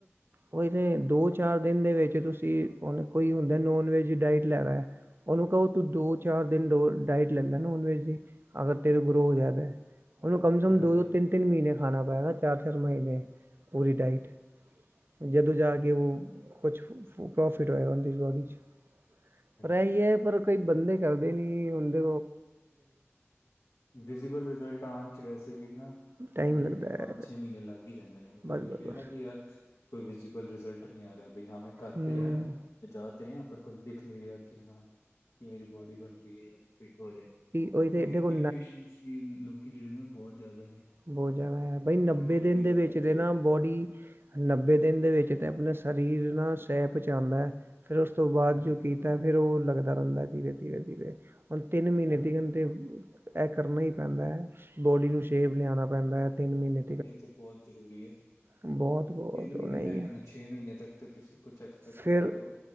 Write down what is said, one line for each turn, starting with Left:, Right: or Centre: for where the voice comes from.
Right: ਓਈ ਤੇ ਦੋ ਚਾਰ ਦਿਨ ਦੇ ਵਿੱਚ ਤੁਸੀਂ ਹੁਣ ਕੋਈ ਹੁੰਦਾ ਨੋਨ ਵੈੱਜ ਡਾਇਟ ਲੈਰਾ। ਉਹਨੂੰ ਕਹੋ ਤੂੰ ਦੋ, ਚਾਰ ਦਿਨ ਡੋ ਡਾਇਟ ਲੈਲੈ ਨੋਨ ਵੈਜ ਦੀ ਅਗਰ ਤੇਰੇ ਗਰੋਅ ਹੋ ਜਾਏ ਤੇ। ਕਮ ਸਮਮ
Left: ਹਾਂਜੀ
Right: ਦੋ ਦੋ ਤਿੰਨ ਤਿੰਨ ਮਹੀਨੇ ਖਾਣਾ ਪਏਗਾ ਚਾਰ-ਚਾਰ ਮਹੀਨੇ ਪੂਰੀ ਡਾਈਟ। ਜਦੋਂ ਜਾ ਕੇ ਉਹ ਕੁਛ ਪ੍ਰੋਫਿਟ ਹੋਏਗਾ ਉਹ ਦੀ ਬੋਡੀ ਚ। ਪਰ ਇਹੀ
Left: ਹਾਂਜੀ
Right: ਏ ਪਰ ਕਈ ਬੰਦੇ ਕਰਦੇ ਨੀ ਹੁਣ ਦੇ
Left: ਵਿਜ਼ੀਬਲ ਰਿਜ਼ਲਟ ਆਣ ਚ ਵੈਸੇ ਵੀ ਨਾ
Right: ਟਾਈਮ
Left: ਕਹਿੰਦੇ
Right: ਲੱਗਦਾ
Left: ਕਿ
Right: ਹੈ
Left: ਪੰਜ-ਛੇ ਮਹੀਨੇ ਲੱਗ ਲਗ ਹੀ ਜਾਂਦੇ ਨੇ ਤੇ
Right: ਬਸ
Left: ਕੋਈ
Right: ਬਸ
Left: ਕਿ
Right: ਬਸ
Left: ਨਾ ਕਿ ਯਾਰ ਕੋਈ ਵਿਜੀ਼ਬਲ ਰਿਜਲਟ ਨੀ ਆ ਰਿਹਾ ਬਈ ਹਾਂ ਮੈਂ ਕਰ
Right: ਹੂੰ
Left: ਤੇ ਰਿਹਾ ਮੈਂ। ਜਾ ਤੇ ਰਿਹਾ ਪਰ ਕੁਝ ਦਿਖ ਨੀ ਰਿਹਾ ਕਿ ਹਾ ਮੇਰੀ ਬੋਡੀ ਬਣ ਰਹੀ ਹੈ ਫਿਟ ਹੋ ਰਿਹਾ।
Right: ਉਹੀ ਤੇ
Left: ਉਹ ਵੀ
Right: ਦੇਖੋ
Left: ਇੰਪੇਸ਼ੈਂਸਲੀ ਲੋਕੀ ਜਿਹੜੇ ਨੇ ਬੌਤ ਜਾਦਾ ਨੇ।
Right: ਬਹੁਤ ਜਾਦਾ ਹੈ ਬਈ
Left: ਸਭ
Right: ਨੱਬੇ
Left: ਨੂੰ ਜਲਦੀ
Right: ਦਿਨ ਦੇ
Left: ਸਭ
Right: ਵਿੱਚ
Left: ਕੁਝ
Right: ਦੇ
Left: ਚਾਹੀਦਾ
Right: ਨਾ
Left: ਹੈ।
Right: ਬੋਡੀ ਨੱਬੇ ਦਿਨ ਦੇ ਵਿੱਚ ਤੇ ਆਪਣੇ ਸਰੀਰ ਨਾਲ ਸੈ ਪਹੁੰਚਾਉਂਦਾ ਫਿਰ ਉਸ ਤੋਂ ਬਾਦ
Left: ਹਾਂਜੀ
Right: ਜੋ ਕਿ ਤਾਂ ਫਿਰ ਉਹ ਲੱਗਦਾ ਰਹਿੰਦਾ ਧੀਰੇ-ਧੀਰੇ, ਧੀਰੇ ਹੁਣ ਤਿੰਨ ਮਹੀਨੇ
Left: ਹਾਂਜੀ
Right: ਦੀ ਹੰਦੇ ਇਹ ਕਰਨਾ ਹੀ ਪੈਂਦਾ ਬੋਡੀ ਨੂੰ ਸ਼ੇਪ ਲਿਆਉਣਾ ਪੈਂਦਾ ਏ ਤਿੰਨ ਮਹੀਨੇ
Left: ਨਹੀਂ, ਏ ਤੇ ਬੋਤ ਜ਼ਰੂਰੀ ਏ।
Right: ਬਹੁਤ ਬਹੁਤ
Left: ਤਿੰਨ ਮਹੀਨੇ
Right: ਉਹ ਨਹੀਂ
Left: ਮੈਂ
Right: ਹੈ
Left: ਕੈਹਦਾ ਛੇ ਮਹੀਨੇ ਤੱਕ ਤੇ ਤੁਸੀਂ ਕੁਛ ਐਕਸਪੈਕਟ
Right: ਫਿਰ
Left: ਹੀ ਨਾ ਕਰੋ।